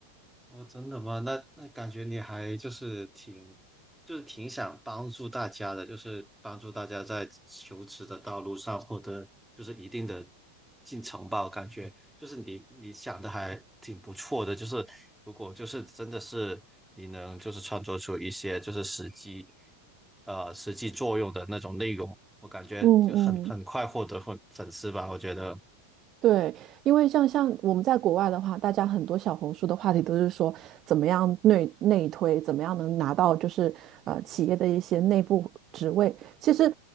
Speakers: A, in the centre; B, on the right (about 30°).
A: 哦，真的吗？那那感觉你还就是挺，就是挺想帮助大家的，就是帮助大家在求职的道路上获得就是一定的进程吧。我感觉就是你你想的还挺不错的，就是如果就是真的是你能就是创作出一些就是实际呃实际作用的那种内容，我感觉就很很快获得粉粉丝吧。
B: 嗯嗯。
A: 我觉得，
B: 对，因为像像我们在国外的话，大家很多小红书的话题都是说怎么样内内推，怎么样能拿到就是呃企业的一些内部职位。其实